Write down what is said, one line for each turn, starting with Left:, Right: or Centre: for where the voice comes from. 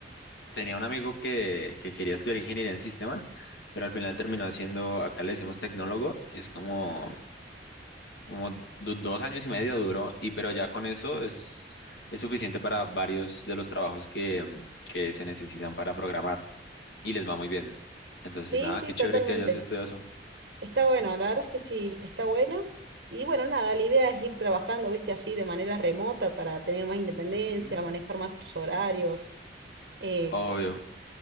Left: tenía un amigo que, que quería estudiar ingeniería en sistemas, pero al final terminó haciendo, acá le decimos tecnólogo, y es como, como du- dos años y medio duró, y pero ya con eso es, es suficiente para varios de los trabajos que, em, que se necesitan para programar, y les va muy bien. Entonces,
Right: Sí,
Left: nada,
Right: sí,
Left: qué chévere
Right: totalmente.
Left: que hayas estudiado eso.
Right: Está bueno, la verdad es que sí, está bueno. Y bueno, nada, la idea es ir trabajando, viste, así de manera remota para tener más independencia,
Left: Ujú.
Right: manejar más tus horarios. Es
Left: Obvio.